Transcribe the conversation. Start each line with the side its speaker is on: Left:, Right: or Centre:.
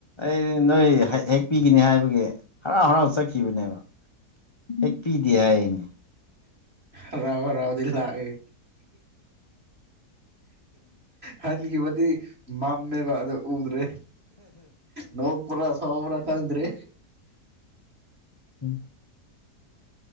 Left: ꯑꯩꯗꯤ ꯅꯣꯏ ꯍꯦꯛ ꯄꯤꯒꯅꯤ ꯍꯥꯏꯕꯒꯤ ꯍꯔꯥꯎ ꯍꯔꯥꯎ ꯆꯠꯈꯤꯕꯅꯦꯕ ꯑꯦ ꯄꯤꯗꯦ ꯍꯥꯏꯅꯦ
Right: ꯍꯔꯥꯎ ꯍꯥꯔꯎꯗꯤ ꯂꯥꯛꯑꯦ ꯍꯟꯒꯤꯕꯗꯤ ꯃꯝꯃꯦꯕꯕꯥ ꯑꯗꯨ ꯎꯗ꯭ꯔꯦ ꯅꯣꯛꯄ꯭ꯔꯥ ꯁꯋꯥꯕ꯭ꯔ ꯈꯪꯗ꯭ꯔꯦ
Left: ꯎꯝ <inaudible>